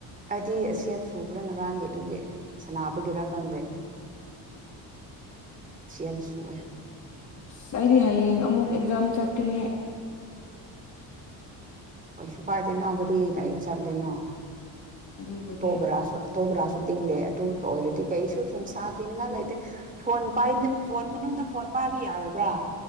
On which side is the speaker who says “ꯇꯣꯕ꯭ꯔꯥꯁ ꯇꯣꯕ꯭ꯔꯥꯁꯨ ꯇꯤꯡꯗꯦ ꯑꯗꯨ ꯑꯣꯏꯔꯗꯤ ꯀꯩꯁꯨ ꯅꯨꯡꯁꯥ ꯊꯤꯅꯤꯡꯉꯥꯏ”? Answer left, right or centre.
Right